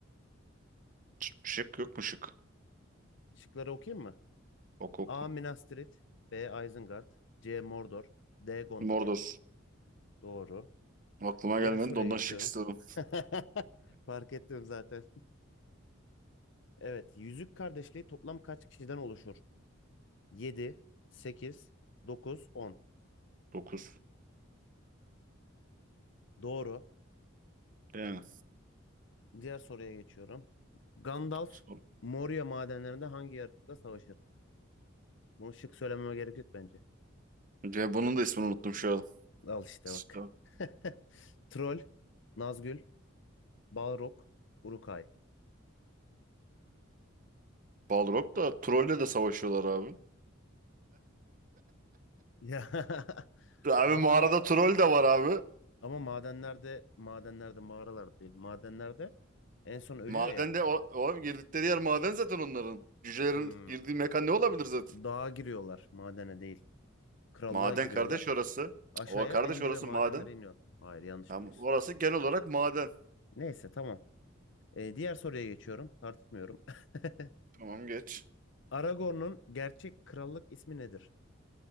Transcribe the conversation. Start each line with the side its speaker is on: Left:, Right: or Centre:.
Right: Şık şık yok mu şık?
Left: Şıkları okuyayım mı?
Right: Oku oku.
Left: A. Minas Tirith B. Isengard C. Mordor D. Gondor.
Right: Mordor.
Left: Doğru.
Right: Aklıma
Left: Diğer
Right: gelmedi
Left: soruya
Right: de ondan
Left: geçiyorum.
Right: şık istedim.
Left: <laughs> Fark ettim zaten. Evet. Yüzük Kardeşliği toplam kaç kişiden oluşur? 7, 8, 9, 10.
Right: 9.
Left: Doğru.
Right: Yani.
Left: Diğer soruya geçiyorum. Gandalf
Right: Sor.
Left: Moria madenlerinde hangi yaratıkla savaşır? Bunu şık söylememe gerek yok bence.
Right: Ya bunun da ismini unuttum şu an.
Left: Al işte
Right: İşte.
Left: bak. <laughs> Troll, Nazgül, Balrog, Uruk-hai.
Right: Balrog da trolle de savaşıyorlar abi.
Left: Ya <laughs>
Right: Abi
Left: tam
Right: mağarada
Left: da ama
Right: troll de var abi.
Left: Ama madenlerde, madenlerde, mağaralar değil. Madenlerde en son ölüyor
Right: Madende
Left: ya.
Right: o, o girdikleri yer maden zaten onların. Cücelerin
Left: Hmm.
Right: girdiği mekan ne olabilir zaten?
Left: Dağa giriyorlar, madene değil. Krallığa
Right: Maden
Left: giriyorlar.
Right: kardeş orası.
Left: Aşağıya
Right: O kardeş
Left: en
Right: orası
Left: dibe madenlere
Right: maden.
Left: iniyor. Hayır, yanlış
Right: Tamam,
Left: biliyorsun.
Right: orası genel olarak maden.
Left: Neyse tamam. Ee, diğer soruya geçiyorum. Tartışmıyorum. <laughs>
Right: Tamam geç.
Left: Aragorn'un gerçek krallık ismi nedir?